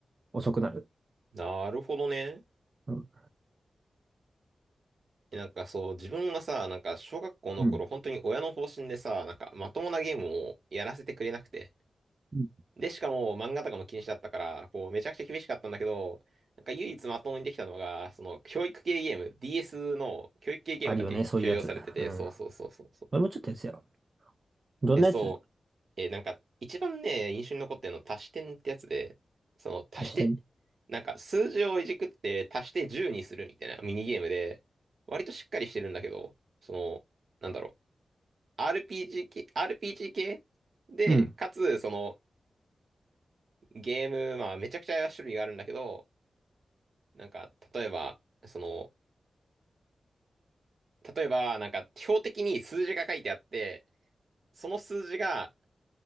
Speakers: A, on the right; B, on the right.
A: 遅くなる。
B: なるほどね。
A: うん。
B: なんかそう、自分がさ、なんか小学校の頃、
A: うん
B: 本当に親の方針でさ、なんかまともなゲームをやらせてくれなくて。
A: うん
B: で、しかも漫画とかも禁止だったから、こう、めちゃくちゃ厳しかったんだけど、なんか唯一まともにできたのが、その、教育系ゲーム、DS の教育系ゲームだけ許容されてて、
A: あるよね、そういうやつ。うん。
B: そうそうそうそうそう。
A: 俺もちょっとやつよ。どんなやつ
B: で、そう、えーなんか、一番ね、印象に残ってるの、足し点ってやつで、その、足して、
A: 足してみ
B: なんか、数字をいじくって足して10にするみたいなミニゲームで、割としっかりしてるんだけど、その、なんだろう、RPG 系、RPG 系で、
A: うん。
B: かつ、その、ゲーム、まあ、めちゃくちゃ種類があるんだけど、なんか、例えば、その、例えば、なんか、標的に数字が書いてあって、その数字が、